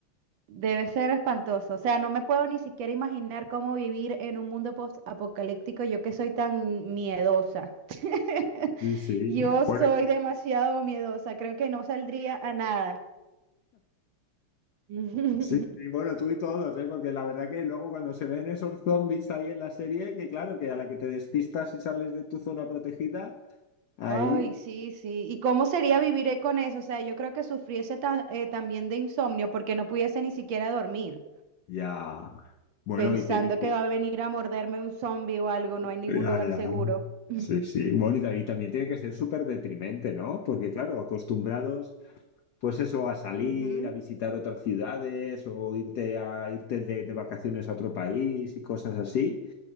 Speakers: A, on the right; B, on the left.
A: Debe ser espantoso. O sea, no me puedo ni siquiera imaginar cómo vivir en un mundo post-apocalíptico, yo que soy tan miedosa. <laughs>
B: Sí, sí.
A: Yo
B: Bueno,
A: soy demasiado miedosa, creo que no saldría a nada. <laughs>
B: sí, sí, bueno, tú y todos, ¿eh? Porque la verdad que luego cuando se ven esos zombies ahí en la serie, que claro, que a la que te despistas y sales de tu zona protegida, ahí...
A: Ay, sí, sí. ¿Y cómo sería vivir eh, con eso? O sea, yo creo que sufriese ta- eh, también de insomnio porque no pudiese ni siquiera dormir,
B: Ya. Bueno,
A: pensando
B: y tiene.
A: que va a venir a morderme un zombie o algo, no hay ningún
B: Ya,
A: lugar
B: ya.
A: seguro. <laughs>
B: Sí, sí. Bueno, y ta- y también tiene que ser súper deprimente, ¿no? Porque, claro, acostumbrados, pues eso, a salir,
A: Ujú.
B: a visitar otras ciudades o irte a irte de, de vacaciones a otro país y cosas así.